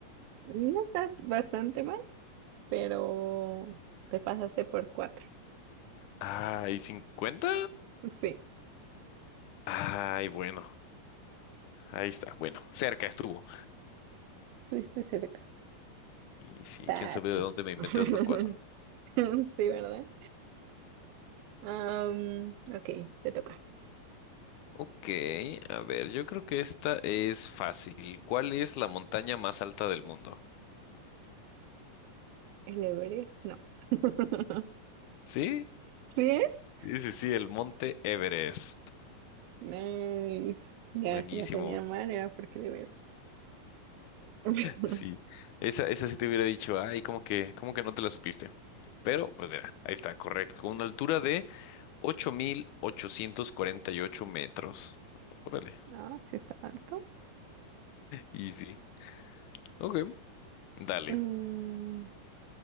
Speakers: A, on the right; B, on the left.
A: No estás bastante mal, pero te pasaste por cuatro.
B: Ay, ¿50?
A: Sí,
B: Ay, bueno. Ahí está. Bueno, cerca estuvo.
A: estuviste cerca.
B: Y sí,
A: Tache.
B: quién sabe de dónde me inventé
A: <laughs>
B: otros cuatro.
A: Sí, ¿verdad? Am, ok, te toca.
B: Ok, a ver, yo creo que esta es fácil. ¿Cuál es la montaña más alta del mundo?
A: ¿El Everest? No. <laughs>
B: ¿Sí?
A: ¿Sí es?
B: Sí, sí, sí, el Monte Everest.
A: Nice. Ya,
B: Buenísimo.
A: si la tenía mal era porque de veras. <laughs>
B: Sí, esa, esa sí te hubiera dicho, ay, como que, como que no te la supiste. Pero, pues mira, ahí está, correcto, con una altura de 8.848 metros. Órale.
A: No, sí está alto.
B: Y sí, ok, dale.
A: Mm,